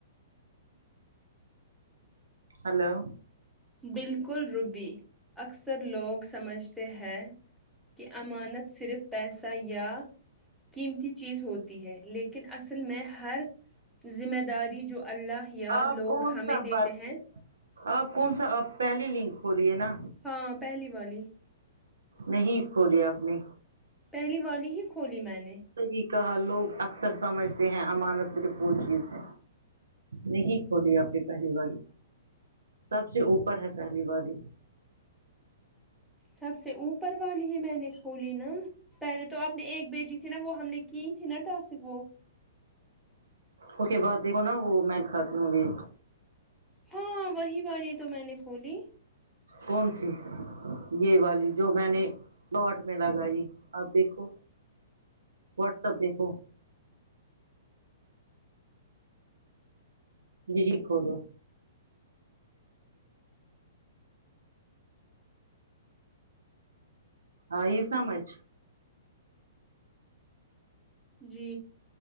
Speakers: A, on the right (about 75°); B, in the centre.
A: ہیلو
B: بالکل ربی اکثر لوگ سمجھتے ہیں کہ امانت صرف پیسہ یا قیمتی چیز ہوتی ہے لیکن اصل میں ہر ذمہ داری جو اللہ یا
A: آپ
B: لوگ
A: کون
B: ہمیں
A: سا
B: دیتے
A: بات
B: ہیں
A: آپ کون سا آپ پہلی لنک کھولیے نا
B: ہاں پہلی والی
A: نہیں کھوول آپ نے
B: پہلی والی ہی کھولی میں نے
A: حی کہا لوگ اکثر سمجھتے ہیں امانت صرف وہ چیز ہے نہیں کھوود اپنی پہلی والی سب سے اوپر ہے پہلی والی
B: سب سے اوپر والی ہے میں نے کھولی نا پہلے تو اپ نے ایک بیجی تھی نا وہ ہم نے کی تھی نا ٹاسک وہ
A: اس کے بعد دیک نا وہ میں چاہتی ہوں گی
B: ہاں وہی والی تو میں نے کھولی
A: کون سی یہ والی جو میں نے لوٹ میں لگائی آپ دیکھو واٹسپ دیکھو جی دیکھو جو آئی سمجھ
B: جی